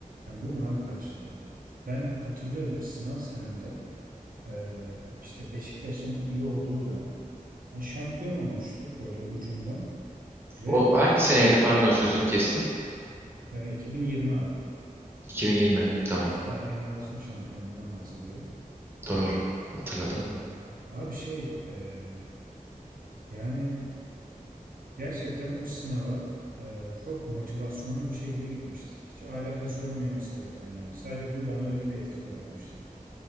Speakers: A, on the right; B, on the right.
A: Yani bu mu abi karşılığı? Ben hatırlıyorum sınav senemde eee, işte Beşiktaş'ın iyi olduğu dönem. Yani şampiyon olmuştuk böyle ucundan ve
B: O hangi seneydi? Pardon sözünü kestim.
A: eee, 2020 abi.
B: 2020. Tamam.
A: Sergen Yalçın şampiyonluğundan bahsediyorum.
B: Doğru. Hatırladım.
A: Eee, abi şey eee, yani Gerçekten o sınava e, çok motivasyonlu bir şekilde gitmiştim. Hiç alakası olmayan bir sebepten yani. Sadece bu bana öyle bir etki bırakmıştı.